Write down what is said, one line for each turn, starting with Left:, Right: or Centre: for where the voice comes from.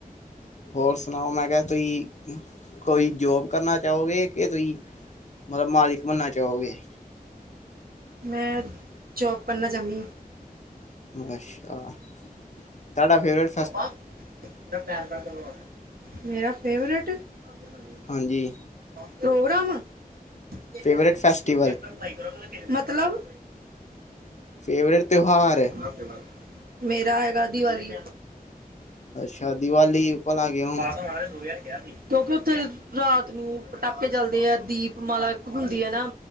Left: ਹੋਰ ਸੁਨਾਓ ਮੈਂ ਕਿਹਾ ਤੁਹੀ ਕੋਈ ਜੋਬ ਕਰਨਾ ਚਾਹੋਗੇ ਕਿ ਤੁਸੀਂ ਮਤਲਬ ਮਾਲਿਕ ਬਨਨਾ ਚਾਹੋਗੇ।
Right: ਮੈਂ, ਜੋਬ ਕਰਨਾ ਚਾਹਨੀ ਆ।
Left: ਨਸ਼ਾ, ਤਾਡਾ ਫੇਵਰੇਡ।
Right: ਪਾਪਾ, ਤੇਰਾ ਪੈਨ ਕਾਰਡ ਕਦੋਂ ਆਨਾ, ਮੇਰਾ ਫੇਵਰਟ ਅਜ ਇੰਨਾ ਲੈ ਈ ਲਿਆ,
Left: ਹਾਂਜੀ
Right: ਪ੍ਰੋਗਰਾਮ। ਕਿਵੇਂ,
Left: ਫੇਵਰੇਟ ਫੈਸਟੀਵਲ
Right: ਪੇਪਰ ਪੜਾਈ ਕਰਨ ਲਗੇ ਆ, ਮਤਲਬ।
Left: ਫੇਵਰੇਡ ਤੇਉਹਾਰ।
Right: ਇਕ ਹਫਤੇ ਬਾਦ, ਮੇਰਾ ਹੈਗਾ ਦੀਵਾਲੀ।
Left: ਅੱਸ਼ਾ, ਦੀਵਾਲੀ। ਭਲਾ ਕਿਉਂ
Right: ਦਸ ਮੰਗਾ ਲਓ ਦੋ ਹਜ਼ਾਰ ਕੇਆ ਸੀ, ਕਿਉਂਕਿ ਉੱਥੇ ਰਾਤ ਨੂੰ ਪਟਾਕੇੇ ਚਲਦੇ ਆ, ਦੀਪਮਾਲਾ ਹੁੰਦੀ ਐ ਨਾ,